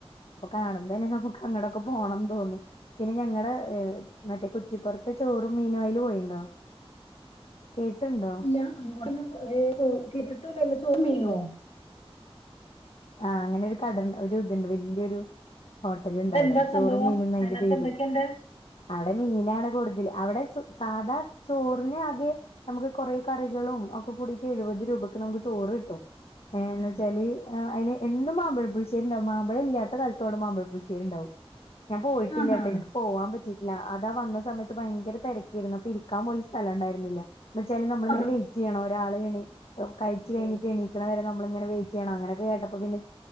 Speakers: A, on the left (about 70°); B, on the left (about 85°).
A: അപ്പൊ കാണുമ്പോന്നെ നമുക്ക് അങ്ങടൊക്കെ പോണം തോന്നും പിന്നെ ഞങ്ങളുടെ മറ്റേ കുറ്റിപ്പുറത്ത് ചോറും മീനും അയിലെ പോയിണ്ടോ കേട്ട്ണ്ടോ
B: ഇല്ല അങ്ങോട്ടന്നും കേട്ടിട്ടില്ല ചോറും മീനോ
A: ആഹ് അങ്ങനെ ഒരു കട ഒരു ഇതുണ്ട് വലിയൊരു ഹോട്ടലുണ്ട്
B: ഇതെന്താ
A: അവിടെ ചോറും
B: സംഭവം
A: മീനും എന്നാ അയിന്റെ
B: അതിനകത്ത്
A: പേര്
B: എന്തൊക്കെയുണ്ട്?
A: അവിടെ മീനാണ് കൂടുതൽ അവിടെ സാധാ ചോറിന് ആകെ നമുക്ക് കുറെ കറികളും ഒക്കെ കൂടിട്ട് എഴുപത് രൂപയ്ക്ക് നമുക്ക് ചോറ് കിട്ടും ഏ ഏന്ന്
B: ഉം.
A: വെച്ചാല് ആ അയില് എന്നും മാമ്പഴം പുളുശ്ശേരി ഉണ്ടാകും മാമ്പഴം ഇല്ലാത്ത കാലത്തോടെ മാമ്പഴം പുളിശ്ശേരി ഉണ്ടാവും ഞാൻ പോയിട്ടില്ല
B: ആഹാ
A: കേട്ടോ എനിക്ക് പോവാൻ പറ്റി ഇല്ല അതാ വന്ന സമയത്ത് ഭയങ്കരം തിരക്കിായിരുന്നു അപ്പൊ ഇരിക്കാൻ പോല സ്ഥലം ഉണ്ടരുന്നില്ല എന്ന് വെച്ചാല് നമ്മളിങ്ങനെ
B: ആ
A: വെയ്റ്റ് ചെയ്യണം ഒരാൾ എണേറ്റ് കഴിച്ച
B: ഓ
A: കഴിഞ്ഞട്ട് എണീക്കണ വരെ നമ്മള ഇങ്ങനെ വെയിറ്റ് ചെയ്യണം അങ്ങനെ കേട്ടപ്പോ പിന്നെ